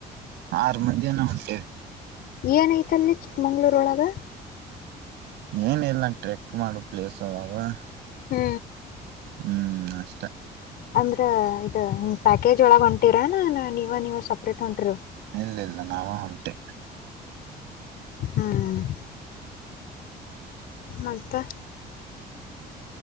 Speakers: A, on the right (about 85°); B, on the left (about 65°).
A: ಆರು ಮಧಹನ ಹೊಂಟೇವೆ
B: ಏನೈಐತಲ್ಲಿ ಚಿಕ್ಕಮಂಗ್ಳೂರೊಳಗೆ
A: ಏನ ಇಲ್ಲ ನ ಟ್ರೆಕ್ ಮಾಡೋ ಪ್ಲೇಸ್ ಅದಾವ
B: ಹ್ಮ್
A: ಹ್ಮ್ ಅಷ್ಟ
B: ಅಂದ್ರ ಇ ಪ್ಯಾಕೇಜ್ ಒಳಗ ಹೊಂಟಿರ ನ ನೀವ ನೀವ ಸಪ್ರೇಟ್ ಹೊಂಟಿರ
A: ಇಲ್ಲ ಇಲ್ಲ ನಾವ ಹೊಂಟೆ
B: ಹ್ಮ್ ಮತ್ತೆ